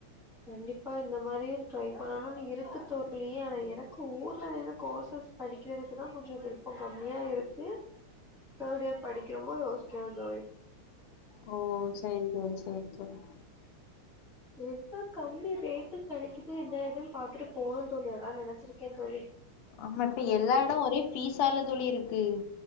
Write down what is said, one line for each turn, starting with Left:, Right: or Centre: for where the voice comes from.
Centre: கண்டிப்பா இந்த மாரியு ட்ரை பண்ணணுன் இருக்கு தோழி ஆனா எனக்கு ஊர்ல நறு கோர்சஸ் படிக்கறதுக்குதா கொஞ்சோ விருப்போ கம்மியா இருக்கு தேர்ட் இயர் படிக்கம்போ யோசிக்கற தோழி
Left: ஓ செரி தோழி செரி தோழி
Centre: எங்க கம்மி ரேட்டு கிடைக்குது என்ன ஏதுன் பாத்துட்டு போணு தோழி அதா நெனைச்சிருக்கே தோழி
Left: ஆமா இப்ப எல்லா இடம் ஒரே ஃபீஸால தோழி இருக்கு